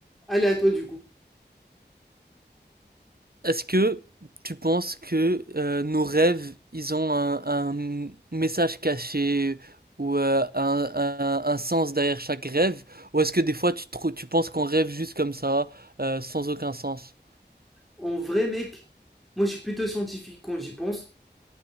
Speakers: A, in the centre; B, on the right.
A: Allez à toi du coup.
B: Est-ce que tu penses que euh, nos rêves, ils ont un, un message caché ou euh, un, un- un sens derrière chaque rêve? Ou est-ce que des fois tu, trou- tu penses qu'on rêve juste comme ça, euh, sans aucun sens?
A: En vrai, mec, moi je suis plutôt scientifique quand j'y pense.